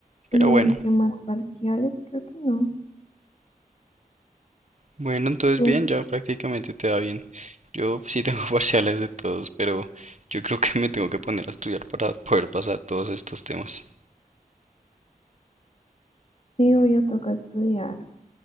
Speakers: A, on the left; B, on the right.
A: ¿Y
B: Pero bueno.
A: qué más parciales? Creo que no.
B: Bueno, entonces
A: Tú,
B: bien, ya prácticamente te va bien. Yo sí tengo <laughs> parciales de todos, pero yo creo que me tengo que poner a estudiar para poder pasar todos estos temas.
A: sí, yo toca estudiar